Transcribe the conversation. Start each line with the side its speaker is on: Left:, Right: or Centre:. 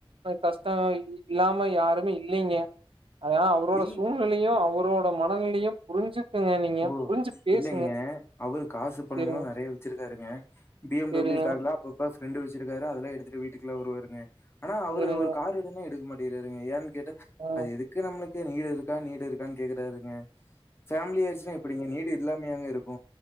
Right: கஷ்டோ இல்லாம யாருமே இல்லைங்க அதா அவரோட
Left: இல்
Right: சூழ்நிலையு அவரோட மனநிலையு புரிஞ்சு நீங்க
Left: ஓ
Right: பேசுங்க
Left: இல்லேங்க அவரு காசு பணம்லா
Right: செரிங்க
Left: நறைய வச்சிருக்காருங்க பி எம்
Right: செரிங்க
Left: டபள்யூ கார்லா அப்பப்ப ஃப்ரெண்டு வச்சிருக்காரு அதல்லா எடுத்துட்டு வீட்டுககுள்ள வருவாருங்க ஆனா அவரு
Right: செரிங்க
Left: ஒரு கார் எடுனா எடுக்க மாட்டிறாருங்க ஏன்னு கேட்டா
Right: ஆ
Left: அது எதுக் கு நம்மளுக்கு நீடு இருக்கா நீடு இருக்கான்னு கேக்குறாருங்க ஃபேமிலியா எப்டிங்க நீடு இல்லாமையாங்க இருக்கு